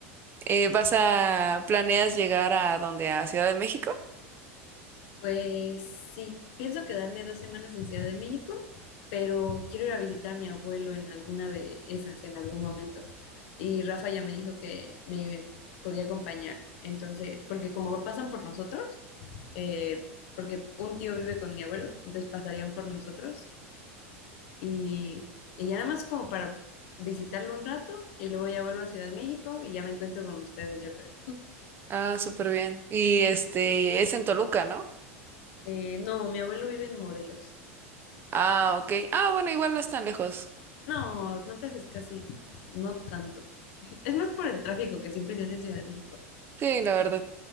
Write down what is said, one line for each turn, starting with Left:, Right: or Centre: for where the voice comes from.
Right: eh, vas a, planeas llegar a donde, a Ciudad de México.
Left: Pues sí, pienso quedarme dos semanas en Ciudad de México, pero quiero ir a visitar a mi abuelo en alguna de esas en algún momento. Y Rafa ya me dijo que me podía acompañar. Entonces, porque como pasan por nosotros, eh, porque un tío vive con mi abuelo, entonces pasarían por nosotros y, y ya nada más como para visitarlo un rato y luego ya vuelvo a Ciudad de México y ya me encuentro con ustedes, yo creo.
Right: Ah, súper bien. Y este, es en Toluca, ¿no?
Left: Eh, no, mi abuelo vive en Morelos.
Right: Ah, ok. Ah, bueno, igual no es tan lejos.
Left: No, no te haces casi, no tanto. Es más por el tráfico que siempre se hace en Ciudad de México.
Right: Sí, la verdad.